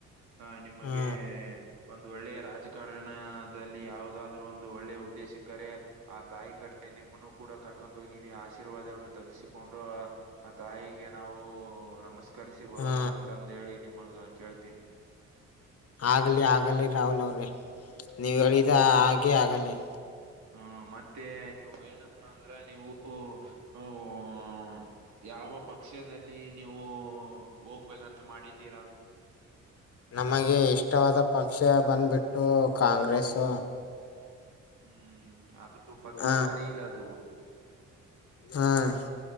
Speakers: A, on the right; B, on the left.
A: ಆಹ ನಿಮಗೆ-
B: ಹ್ಮ
A: ಒಂದು ಒಳ್ಳೆಯ ರಾಜಕಾರಣದಲ್ಲಿ ಯಾವದಾದ್ರರು ಒಂದು ಒಳ್ಳೆ ಹುದ್ದೆಸಿಕ್ಕರೆ- ಆ ತಾಯಿ ಕಡೆ ನಿಮ್ಮನ್ನು ಕೂಡ ಕರ್ಕೊಂದೂಗಿನಿ ಆಸೆ- ಆಶೀರ್ವಾದವನ್ನು ತಗಸಿಕೊಂಡು ಆ ತಾಯಿಗೆ ನಾವು ನಮಸ್ಕರಿಸಿ ಬರೋಣ
B: ಹ್ಮ
A: ಅಂತಂದ- ಹೇಳಿ ನಿಮಗ ಕೇಳ್ತೀನಿ-
B: ಆಗಲಿ ಆಗಲಿ ರಾಹುಲ್ ಅವ್ರೆ ನೀವು ಹೇಳಿದ ಆಗೆ ಆಗಲಿ-
A: ಹ್ಮ ಮತ್ತೆ ನೀವು ಏನಪ್ಪಣ ಅಂದ್ರ ನೀವು- ಹೂಂ ಹೂಂ ಯಾವ ಪಕ್ಕ- ಪಕ್ಷದಲ್ಲಿ ನೀವು ಹೋಗ್ಬೇಕಂತ ಮಾಡಿದ್ದೀರಾ?
B: ನಮಗೆ ಇಷ್ಟವಾದ ಪಕ್ಷ ಬಂದು್ಬಿಟ್ಟು ಕಾಂಗ್ರೆಸ್ಸು-
A: ಹ್ಮ್ ಅದು ಪಕ್ಷ
B: ಹ
A: ಸರಿ ಇಲ್ಲ ಅದು -
B: ಹಾ-